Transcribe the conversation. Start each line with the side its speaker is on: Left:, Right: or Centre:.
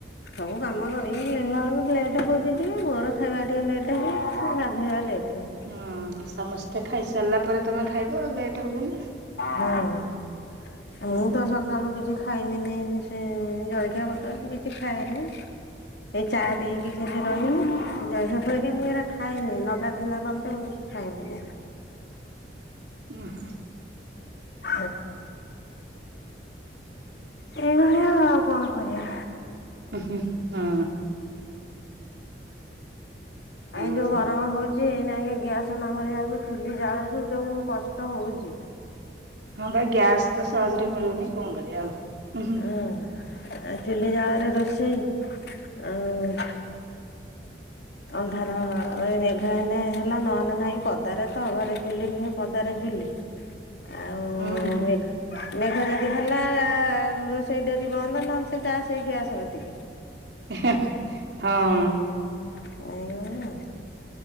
Left: ସବୁ କାମ କରିକି ନେଲା ବେଳକୁ ଲେଟ୍ ହଉଛି ଟିକେ, ମୋର ଖାଇବା ଟିକେ ଲେଟ୍ ହୁଏ ଆ ହେଇଆ ଲେଟ୍ ହୁଏ।
Right: ହଁ ସମସ୍ତେ ଖାଇସାରିଲା ପରେ ତୁମେ ଖାଇବ ଆଉ ଲେଟ୍ ହବନି।
Left: ହୁଁ। ମୁଁ
Right: ଉଁ ହୁଁ
Left: ତ ସଖାଳୁ କିଛି ଖାଇନିନେଇଁ ସେ ଜଳଖିଆ ପତର ମୁଁ କିଛି ଖାଏନେଇ ଏଇ ଚା ପିଇକି ଖାଲି ରହିମି, ଜଳଖିଆ ଫଳଖିଆ ମୁଁ ଏଇରା ଖାଏନି, ନ ଗାଧେଇଲା ପର୍ଯ୍ୟନ୍ତ ମୁଁ କିଛି ଖାଏନି।
Right: ଉମ୍ ହୁ।
Left: <inaudible> ସେଇଭଳିଆ ଆଉ କଣ କରିବା।
Right: ଉ ହୁଁ ହୁଁ।
Left: ଏଇଁ
Right: ଆଉ
Left: ଯୋଉ ଗରମ ହଉଛି ଛି ଏଇନାକେ ଗ୍ୟାସ ନ ଭରିବାକୁ ଚୁଲି ଜାଳକୁ ଯୋଉ କଷ୍ଟ ହଉଚି
Right: ହଁ ବା ଗ୍ୟାସ ତ ସହଜରେ ମିଳୁନି କଣ କରିବା ଆଉ। ଉ ହୁଁ।
Left: ଆଁ, ଏ ଚୁଲି ଜାଳର ରୋଷେଇ ଆଉ ଅନ୍ଧାର ଏଇ ମେଘ ମେଘ ହେନେ ହେଲା ନହଲେ ନାଇଁ, ପଦାରେ ତ ଘରେ ଚୁଲି ନୁହେଁ ପଦାରେ ଚୁଲି ଆଉ-ଉ
Right: ହୁଁ
Left: ମେଘ ମେଘ ଯଦି ହେଲା ରୋଷେଇ ଡେରି ବନ୍ଦ, ନହେଲେ ସେ ଯା ସେଇ ଗ୍ୟାସ୍ କତିକି
Right: ହେ ହେ, ହଁ।
Left: ଏଇଭଳିଆ ଆଉ।